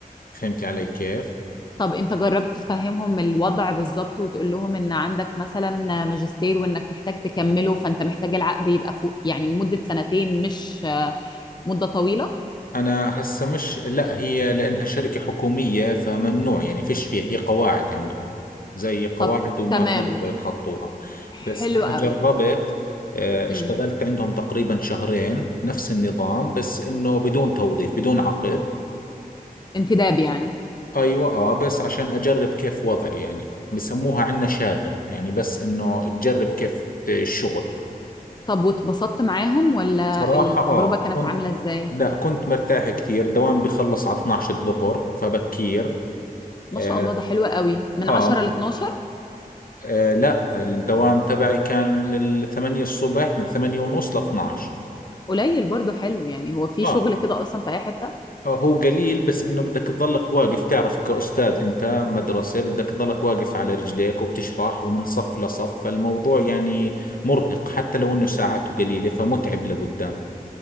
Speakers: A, on the left; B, on the left.
A: فهمت علي كيف؟
B: طب انت جربت تفهمهم الوضع بالظبط وتقول لهم ان عندك مثلا ماجستير وانك محتاج تكمله فانت محتاج العقد يبقى فوق يعني مدة سنتين مش آه، مدة طويلة
A: أنا هسه مش لا هي لأنها شركة حكومية فممنوع يعني فيش فيها هي قواعد عندهم زي قواعد
B: طب
A: وما
B: تمام
A: ما بقدر يتخطوها بس
B: حلو
A: أنا
B: قوي
A: جربت آه،
B: امم
A: اشتغلت عندهم تقريبا شهرين نفس النظام بس إنه بدون توظيف بدون عقد
B: انتداب يعني
A: ايوه اه بس عشان اجرب كيف وضعي يعني بسموها عندنا شاغر يعني بس انه تجرب كيف ت- الشغل
B: طب واتبسطت معاهم ولا
A: صراحة
B: التجربة
A: اه
B: كانت
A: كنت
B: عاملة ازاي
A: لا كنت مرتاح كثير دوام بخلص على 12 الظهر فبكير
B: ما
A: آه,
B: شاء الله ده حلو قوي من
A: آه,
B: 10 ل 12
A: آه لا الدوام تبعي كان من الثمانية الصبح من ثمانية ونص ل 12
B: قليل برضو حلو يعني هو في
A: اه
B: شغل كده اصلا في اي حتة
A: هو قليل بس انه بدك تظلك واقف تعرف كأستاذ انت مدرسة بدك تظلك واقف على رجليك وبتشرح ومن صف لصف فالموضوع يعني مرهق حتى لو انه ساعاته قليلة فمتعب لقدام